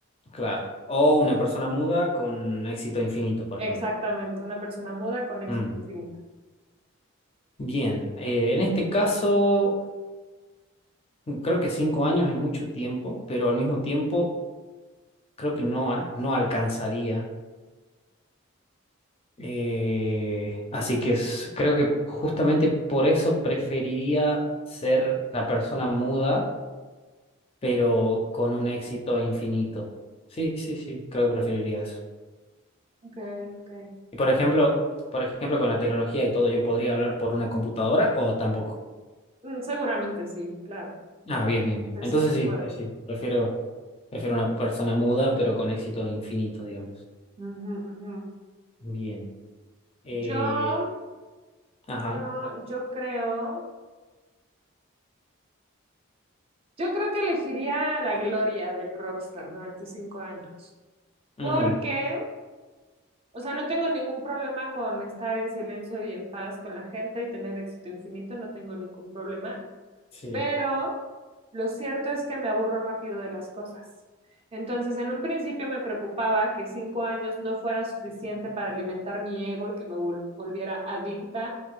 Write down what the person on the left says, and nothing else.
Claro. O una persona muda con éxito infinito, por
ejemplo.
Mm.
Bien. Eh, en este caso, creo que cinco años es mucho tiempo, pero al mismo tiempo creo que no, al- no alcanzaría. Eh, así que es- creo que justamente por eso preferiría ser la persona muda, pero con un éxito infinito. Sí, sí, sí, creo que preferiría eso.
Y por ejemplo, por ejemplo, con la tecnología y todo, ¿yo podría hablar por una computadora o tampoco?
Ah, bien, bien, bien.
Entonces
sí,
sí, sí. Prefiero, prefiero una persona muda, pero con éxito infinito, digamos.
Bien. Eh,
ajá.
ujú,
Sí,